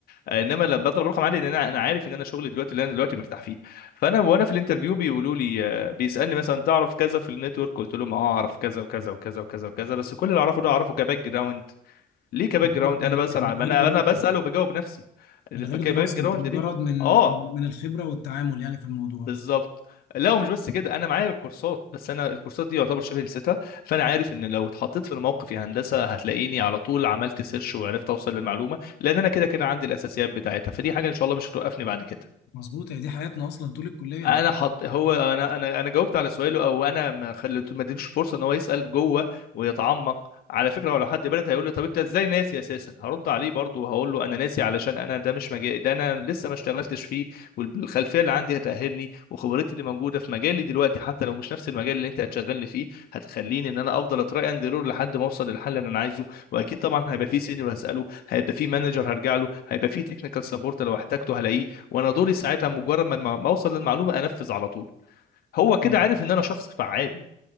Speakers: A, on the left; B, on the left.
A: آه، انما لما بضرب رقم عالي لان انا انا عارف ان انا شغلي دلوقتي اللي انا دلوقتي مرتاح فيه فانا وانا في الانترفيو بيقولوا لي آه، بيسالني مثلا تعرف كذا في النتورك قلت لهم اه اعرف كذا وكذا وكذا وكذا وكذا بس كل اللي اعرفه ده اعرفه كباك جراوند ليه كباك
B: بالظبط
A: جراوند
B: يعني
A: انا بسال
B: من
A: عن
B: غير
A: انا
B: دراسة
A: انا بسال وبجاوب نفسي اللي
B: من
A: بك-
B: غير دراسة
A: باك جراوند
B: أنت مجرد
A: ليه
B: من
A: اه
B: من الخبرة والتعامل يعني في الموضوع
A: بالظبط لا ومش بس كده انا معايا الكورسات بس انا الكورسات دي يعتبر شبه نسيتها فانا عارف ان لو اتحطيت في الموقف يا هندسه هتلاقيني على طول عملت سيرش وعرفت اوصل للمعلومه لان انا كده كده عندي الاساسيات بتاعتها فدي حاجه ان شاء الله مش هتوقفني بعد كده
B: مظبوط هي دي حياتنا أصلا طول الكلية
A: انا
B: أنت
A: حط هو انا انا انا جاوبت على سؤاله او انا ما خليته ما اديتوش فرصه ان هو يسال جوه ويتعمق على فكره ولو حد برد هيقول لي طب انت ازاي ناسي اساسا هرد عليه برضه وهقول له انا ناسي علشان انا ده مش مجالي ده انا لسه ما اشتغلتش فيه والخلفيه اللي عندي هتاهلني وخبرتي اللي موجوده في مجالي دلوقتي حتى لو مش نفس المجال اللي انت هتشغلني فيه هتخليني ان انا افضل اتراي اند ايرور لحد ما اوصل للحل اللي انا عايزه واكيد طبعا هيبقى فيه سينيور هساله هيبقى فيه مانجر هرجع له هيبقى فيه تكنيكال سبورت لو احتاجته هلاقيه وانا دوري ساعتها مجرد ما الم- ما اوصل للمعلومه انفذ على طول هو كده
B: مم.
A: عارف ان انا شخص فعال